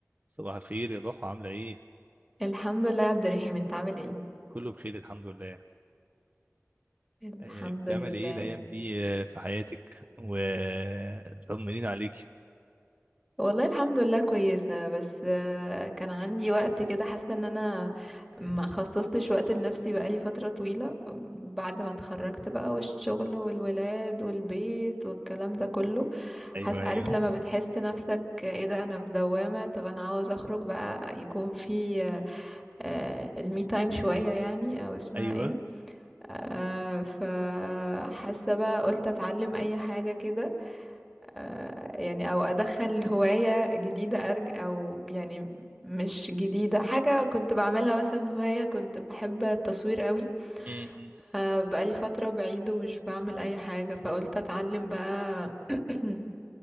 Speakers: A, on the right; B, in the centre.
A: صباح الخير يا ضحى عاملة ايه؟
B: الحمد لله يا عبد الرحيم انت عامل ايه
A: كله بخير الحمد لله
B: الحمد
A: آه، بتعمل
B: لله
A: ايه الأيام دي آه، في حياتك؟ وطمنين عليك
B: والله الحمد لله كويسة بس آه، كان عندي وقت كده حاسة ان انا ما خصصتش وقت لنفسي بقالي فترة طويلة بعد ما اتخرجت بقى والشغل والولاد والبيت والكلام ده كله
A: ايوه
B: حاسة
A: ايوه
B: عارف لما بتحس نفسك ايه ده انا في دوامة طب انا عاوز اخرج بقى يكون في آه، المي تايم شوية يعني او اسمها
A: ايوه
B: ايه آه، فحاسة بقى قلت اتعلم اي حاجة كده آه، يعني او ادخل هواية جديدة ارج او يعني مش جديدة حاجة كنت بعملها مثلا هواية كنت بحب التصوير قوي
A: م-م.
B: فبقالي فترة بعيد ومش بعمل اي حاجة فقلت اتعلم بقى <clears throat>